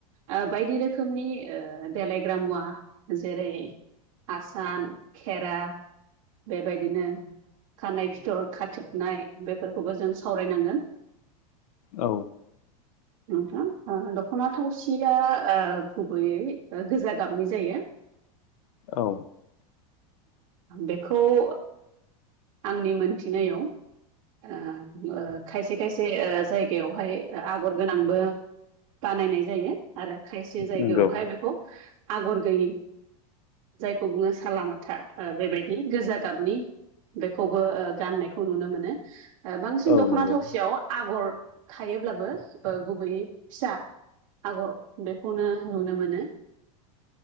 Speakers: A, on the right (about 60°); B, on the left (about 70°).
A: ओ बायदि रोखोमनि ओ देलायग्रा मुवा जेरै आसान खेरा बेबायदिनो खानाय फिथर खाथोबनाय बेफोरखौबो जों सावरायनांगोन
B: औ।
A: नोंथां ओ दख'ना थावसिया ओ गुबैयै ओ गोजा गाबनि जायो।
B: औ।
A: बेखौ ओ आंनि मोनथिनायाव ओ ओ खायसे खायसे ओ जायगायावहाय ओ आगर गोनांबो बानायनाय जायो। आरो खायसे जायगायावहाय
B: नंगौ
A: बेखौ आगर गैयि खौ बुङो सालामाथा ओ बेबायदि गोजा गाबनि खौबो ओ गाननायखौ नुनो मोनो ओ बांसिन
B: औ
A: दख'ना
B: नंगौ
A: थावसियाव आगर थायोब्लाबो ओ गुबैयै फिसा आगर बेखौनो नुनो मोनो।